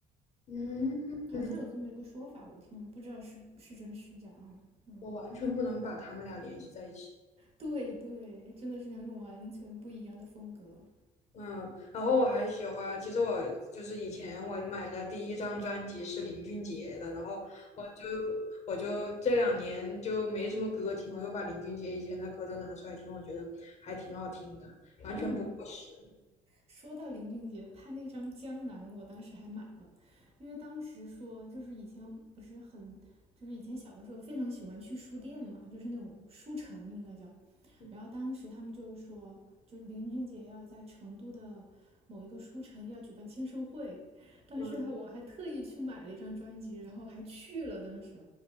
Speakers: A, on the left (about 40°); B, on the right (about 35°).
A: 嗯，
B: 好像有这么一个说法，我听，不知道是是真是假啊。嗯，
A: 我完全不能把他们俩联系在一起。
B: 对对，真的是两种完全不一样的风格。
A: 嗯，然后我还喜欢，其实我就是以前我买的第一张专辑是林俊杰的，然后我就我就这两年就没什么歌听，我又把林俊杰以前的歌都拿出来听，我觉得还挺好听的，完全不过时。
B: 嗯，说到林俊杰，他那张《江南》，我当时还买了，因为当时说就是以前不是很，就是以前小的时候非常喜欢去书店嘛，就是那种书城应该叫，
A: 嗯
B: 然后当时他们就说，就林俊杰要在成都的某一个书城要举办签售会，当时还我还特意去买了一张专辑，
A: 嗯
B: 然后还去了，当时，